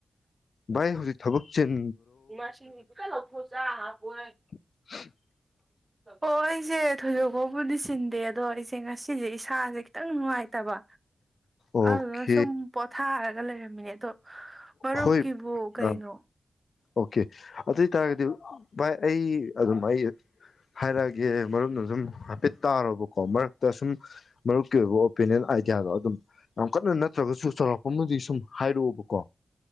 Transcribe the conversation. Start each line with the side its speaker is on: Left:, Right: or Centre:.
Left: ꯚꯥꯏ ꯍꯧꯖꯤꯛ ꯊꯕꯛ ꯆꯤꯟ
Right: <unintelligible>
Left: <inaudible>
Right: ꯑꯣ ꯑꯩꯁꯦ ꯊꯣꯏꯗꯣꯛ ꯐꯥꯎꯕꯨꯗꯤ ꯆꯤꯟꯗꯦ ꯑꯗꯣ ꯑꯩꯁꯦ ꯉꯁꯤꯁꯦ ꯏꯁ ꯁꯥꯥꯁꯦ ꯈꯤꯇꯪ ꯅꯨꯡꯉꯥꯏꯇꯕ
Left: ꯑꯣꯀꯦ
Right: ꯑꯗꯨꯗꯨꯅ ꯁꯨꯝ ꯄꯣꯊꯥꯔꯒ ꯂꯩꯔꯝꯃꯤꯅꯦ ꯑꯗꯣ ꯃꯔꯨꯞꯀꯤꯕꯨ
Left: ꯍꯣꯏ
Right: ꯀꯩꯅꯣ
Left: ꯑ ꯑꯣꯀꯦ ꯑꯗꯨ ꯑꯣꯏ ꯇꯥꯔꯒꯗꯤ ꯚꯥꯏ ꯑꯩ ꯑꯗꯨꯝ ꯑꯩ ꯍꯥꯏꯔꯛꯑꯒꯦ ꯃꯔꯨꯞꯅ ꯑꯗꯨꯝ ꯍꯥꯏꯐꯦꯠ ꯇꯥꯔꯣꯕꯀꯣ ꯃꯔꯛꯇ ꯁꯨꯝ ꯃꯔꯨꯞꯀꯤ ꯑꯣꯏꯕ ꯑꯣꯄꯤꯅꯤꯌꯟ ꯑꯥꯏꯗꯤꯌꯥꯗꯣ ꯑꯗꯨꯝ ꯌꯥꯝ ꯀꯟꯅ ꯅꯠꯇ꯭ꯔꯒꯁꯨ ꯆꯥꯎꯔꯛꯄ ꯑꯃꯗꯤ ꯁꯨꯝ ꯍꯥꯏꯔꯛꯎꯕꯀꯣ